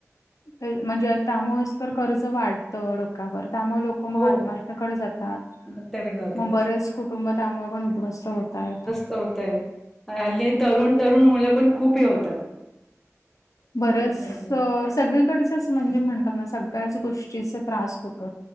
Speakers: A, on the left; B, in the centre.
A: म्हणजे त्यामुळेच तर कर्ज वाढतं डोक्यावर त्यामुळे लोक मग
B: हो
A: आत्माश त्याकडे जातात
B: आत्महत्याकडे जातात.
A: मग बरेच कुटुंब त्यामुळे पण उद्ध्वस्त होत आहेत
B: होतय हल्ले तरुण तरुण मुलं पण खूप होतात
A: बरच
B: त्यांच्या ह्याच्यात
A: सगळीकडच म्हणजे म्हणत ना सगळ्याच गोष्टीचा त्रास होत